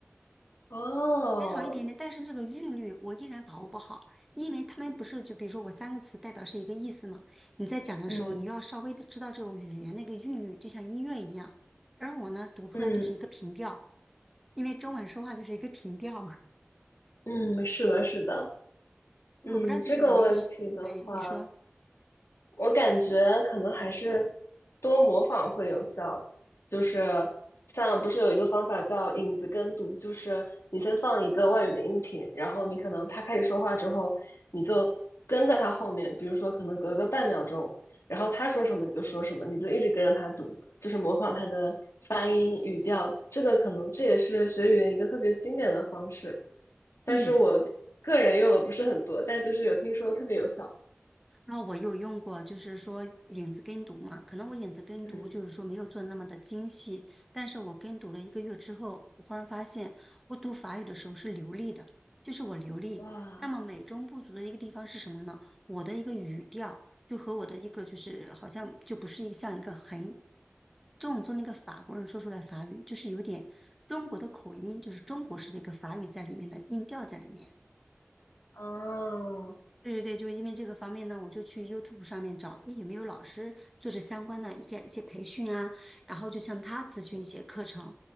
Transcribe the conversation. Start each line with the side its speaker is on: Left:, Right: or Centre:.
Left: 哦，
Centre: 减少一点点，但是这个韵律我依然把握不好，因为他们不是就比如说我三个词代表是一个意思嘛，你在讲的时候，
Left: 嗯
Centre: 你要稍微的知道这种语言那个韵律，就像音乐一样。而我呢，读出来就是一个平调，
Left: 嗯
Centre: 因为中文说话就是一个平调嘛。
Left: 嗯，是的，是的，
Centre: 我不知道，
Left: 嗯，
Centre: 就是你们
Left: 这个问题的话，
Centre: 对你说，
Left: 我感觉可能还是多模仿会有效，就是像不是有一个方法叫影子跟读，就是你先放一个外语的音频，然后你可能他开始说话之后，你就跟在他后面，比如说可能隔个半秒钟，然后他说什么你就说什么，你就一直跟着他读，就是模仿他的发音、语调，这个可能这也是学语言一个特别经典的方式，但是我个人用的不是很多，
Centre: 嗯。
Left: 但就是有听说特别有效，
Centre: 那我有用过，就是说影子跟读嘛，可能我影子跟读就是说没有做那么的精细，
Left: 嗯，
Centre: 但是我跟读了一个月之后，我忽然发现我读法语的时候是流利的，就是我流利。
Left: 哇。
Centre: 那么美中不足的一个地方是什么呢？我的一个语调就和我的一个就是好像就不是一个像一个很正宗的一个法国人说出来法语，就是有点中国的口音，就是中国式的一个法语在里面的音调在里面。
Left: 哦，
Centre: 对对对，就是因为这个方面呢，我就去 YouTube 上面找，诶有没有老师做这相关的一个一些培训啊，然后就向他咨询一些课程。